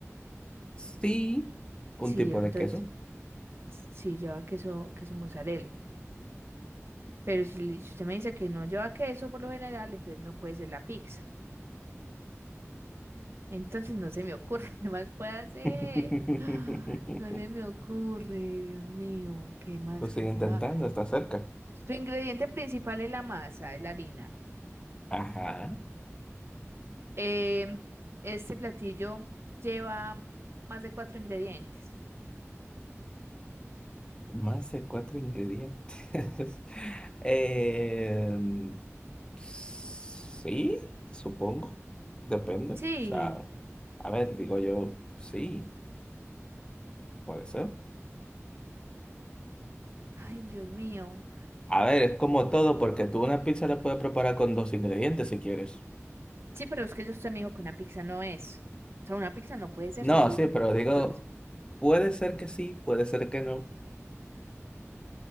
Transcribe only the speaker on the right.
Sí,
entonces
sí lleva queso, queso mozzarella. Pero si, le- si usted me dice que no lleva queso por lo general, entonces no puede ser la pizza. Entonces no se me ocurre <laughs> qué más puede hacer.
<gasps> <sighs> No se me ocurre, Dios mío, ¿qué más
que lleva?
Su ingrediente principal es la masa, es la harina.
Em, este platillo lleva más de cuatro ingredientes.
Sí.
Ay, Dios mío.
Sí, pero es que yo usted me dijo que una pizza no es. O sea, una pizza no puede ser
según
tu resp-